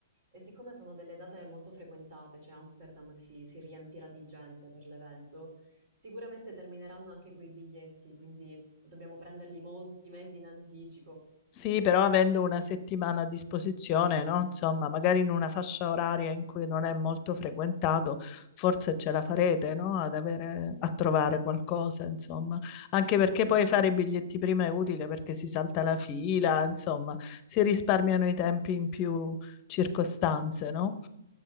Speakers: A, on the right (about 55°); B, on the left (about 35°).
A: e siccome sono delle date molto frequentate, cioè Amsterdam si, si riempirà di gente per l'evento, sicuramente termineranno anche quei biglietti, quindi dobbiamo prenderli molti mesi in anticipo.
B: Sì, però avendo una settimana a disposizione, no? Insomma, magari in una fascia oraria in cui non è molto frequentato, forse ce la farete, no? Ad avere, a trovare qualcosa, insomma. Anche
A: Sì.
B: perché poi fare i biglietti prima è utile perché si salta la fila, insomma, si risparmiano i tempi in più circostanze, no?